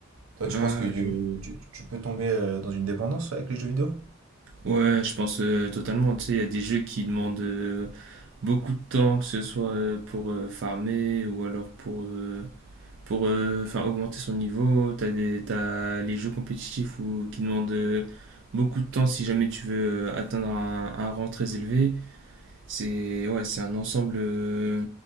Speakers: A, on the right; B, on the right.
A: Toi, tu
B: Ah,
A: penses que euh,
B: je...
A: tu, tu peux tomber euh, dans une dépendance ouais, avec les jeux vidéo?
B: Ouais, je pense euh, totalement. Tu sais, il y a des jeux qui demandent euh, beaucoup de temps, que ce soit euh, pour euh, farmer ou alors pour, euh, pour euh, faire augmenter son niveau. T'as des, t'as les jeux compétitifs ou qui demandent euh, beaucoup de temps si jamais tu veux euh, atteindre un, un rang très élevé. C'est ouais, c'est un ensemble. euh,